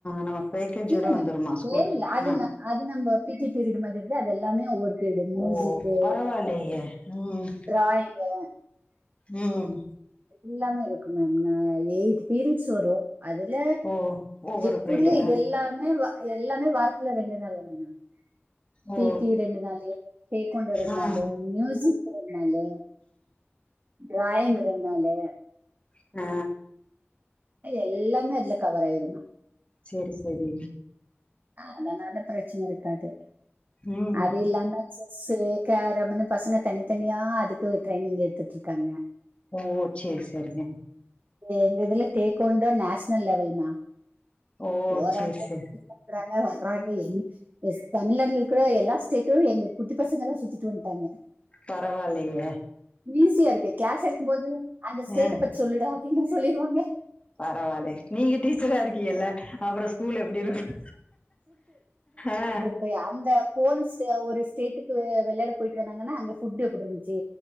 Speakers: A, on the left; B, on the right.
A: நம்ம பேக்கேஜியோட
B: இல்ல
A: வந்துருமா
B: மேம்
A: ஸ்கூல்
B: தேவையில்ல அது
A: ஆ
B: ந- அது நம்ம பிடி பீரியட் மாதிரிலா அது எல்லாமே ஒவ்வொரு பீரியடு மியூசிக்கு
A: ஓ ஓ பரவாலையே ம்
B: டிராயிங்கு
A: ம்
B: எல்லாமே இருக்கு மேம் ந எயிட் பீரியட்ஸ் வரு அதுல
A: ஓ ஒவ்வொரு
B: எப்புடியோ
A: பீரியடு
B: இது எல்லாமே வ எல்லாமே வார்த்துல ரெண்டு நாள் வந்திரு மேம் பீடி
A: ஓ
B: ரெண்டு நாளு தேக்கொண்டா ரெண்
A: ஆ
B: நாளு மியூசிக் ரெண் நாளு டிராயிங்குறதுனால
A: ஆ
B: எல்லாமே அதுல கவர் ஆய்ருமா
A: செரி செரி
B: அதனா ப்ரெச்சன இருக்காது
A: ம்
B: அது இல்லாம செஸ்சு கேரமின்னு பசங்க தனி தனியா அதுக்கு ஒரு ட்ரைனிங் எட்த்துட்ருக்காங்க
A: ஓ செர் செரிங்க
B: எங்க இதுல தேக்கொண்டா நேஷ்னல் லெவல்மா
A: ஓ
B: போறாங்க
A: சேரி சேரி
B: சுத்துறாங்க வராங்க எ ஸ் தமிழ்நாட்ல இருக்கிற எல்லா ஸ்டேட்டு எங்க குட்டி பசங்கெல்லா சுத்திட்டு வந்ட்டாங்க
A: பரவாலயே
B: ஈசியாருக்கு கிளாஸ் எடுக்கும்போது அந்த ஸ்டேட்ட
A: ஆ
B: பத் சொல்லுட அப்டின்னா சொல்லிருவாங்க
A: பரவாயில்ல நீங்க டீச்சரா இருக்கீங்கல்ல அப்புற ஸ்கூல் எப்பிடி இருக்கு அ
B: அ அந்த போன ஸ்டே ஒரு ஸ்டேட்டுக்கு வெள்யாட போய்ட்டு வந்தாங்கன்னா அங்க ஃபுட்டு எப்பிடி இருந்ச்சு